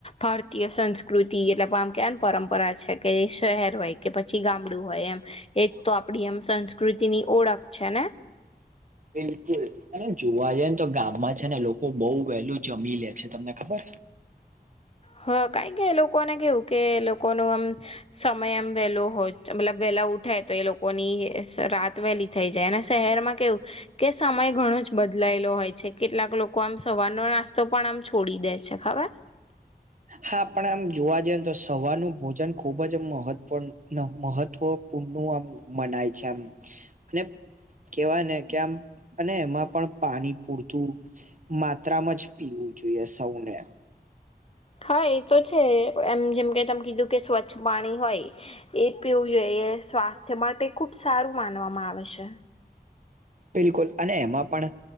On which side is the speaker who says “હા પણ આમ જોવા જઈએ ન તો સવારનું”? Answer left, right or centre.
Right